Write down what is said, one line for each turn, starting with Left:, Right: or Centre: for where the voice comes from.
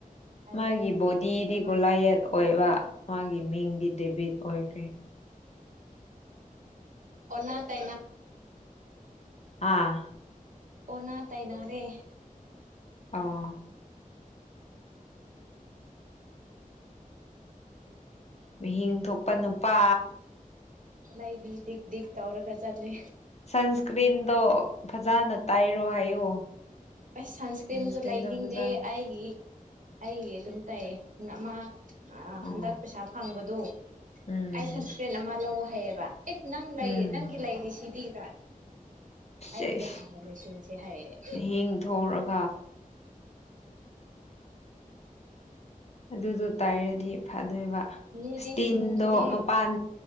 Right: ꯑꯩ
Left: ꯃꯥꯒꯤ ꯕꯣꯗꯤꯗꯤ
Right: ꯄꯤꯛ꯭ꯔꯕ
Left: ꯒꯣꯂꯥꯏꯌꯦꯠ ꯑꯣꯏꯕ ꯃꯥꯒꯤ ꯃꯤꯡꯗꯤ ꯗꯦꯕꯤꯠ ꯑꯣꯏꯈ꯭ꯔꯦ
Right: ꯎꯝ ꯑꯣ ꯇ
Left: ꯑꯥ
Right: ꯑꯣꯅꯥ ꯇꯥꯏꯅꯔꯦ
Left: ꯑ ꯃꯤꯍꯤꯡ ꯊꯣꯛꯄ ꯅꯨꯄꯥ
Right: ꯂꯥꯏ ꯗꯤꯛ ꯗꯤꯛ ꯇꯧꯔꯒꯖ ꯑꯂꯤ
Left: ꯁꯟꯁꯀ꯭ꯔꯤꯟꯗꯣ ꯐꯖꯅ ꯇꯥꯏꯔꯣ ꯍꯥꯏꯌꯣ
Right: ꯑ ꯁꯟꯁꯀ꯭ꯔꯤꯟꯁꯨ
Left: ꯁꯟꯁꯀ꯭ꯔꯤꯟꯗꯣ
Right: ꯂꯩꯅꯤꯡꯗꯦ
Left: ꯐꯖꯅ
Right: ꯑꯩꯒꯤ ꯑꯩꯒꯤ ꯑꯗꯨꯝ ꯇꯩꯌꯦ ꯑꯃ
Left: ꯑꯣ
Right: ꯍꯟꯗꯛ ꯄꯩꯁꯥ ꯐꯪꯕꯗꯨ
Left: ꯎꯝ
Right: ꯑꯩ ꯁꯁꯄꯦꯟ ꯑꯃ ꯂꯧ ꯍꯥꯏꯌꯦꯕ ꯑꯦ ꯅꯪ ꯂꯩ
Left: ꯎꯝ
Right: ꯅꯪꯒꯤ ꯂꯩꯔꯤꯁꯤꯗꯤꯒ ꯑꯩꯒꯤꯗ
Left: ꯁꯦꯁ
Right: ꯍꯥꯜꯅꯁꯤꯦꯟꯁꯦ ꯍꯥꯏꯌꯦꯦ
Left: ꯃꯍꯤꯡ <inaudible> ꯑꯗꯨꯗꯣ ꯇꯥꯏꯔꯗꯤ ꯐ ꯑꯗꯨꯕ
Right: ꯃꯤꯗꯤ
Left: ꯏꯁꯇꯤꯟꯗꯣ
Right: ꯁꯤꯡꯕꯅꯦ
Left: ꯃꯄꯥꯟ